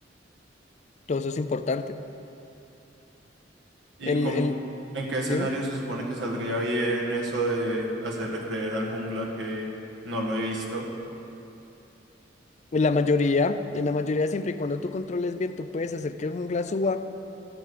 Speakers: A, on the left; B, on the right.
A: Todo eso es importante.
B: ¿Y
A: En,
B: cómo-
A: en-
B: en qué escenario
A: dime,
B: se supone que saldría bien eso de hacerle creer al jungla que no lo he visto?
A: en la mayoría, en la mayoría siempre y cuando tú controles bien, tú puedes hacer que el jungla suba